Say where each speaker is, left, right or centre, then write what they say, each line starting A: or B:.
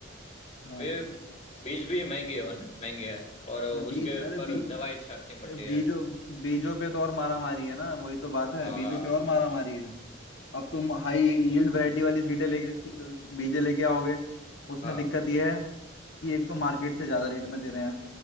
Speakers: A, on the left; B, on the left.
A: हाँ
B: वे बीज भी महंगे हो ना महंगे है और उसके
A: ना, बीज अरे
B: पर
A: बीज
B: दवाई छाटनी पड़ती
A: बीजों
B: है
A: बीजों पे तो और मारा मारी है ना वही तो बात है
B: हाँ
A: बीजों पे और मारा मारी है अब तुम हाई यील्ड वैरायटी वाली सीटें लेके सी- बीजे लेके आओगे उसमें
B: हाँ
A: दिक्कत ये है कि एक तो मार्केट से ज्यादा रेट में दे रहे हैं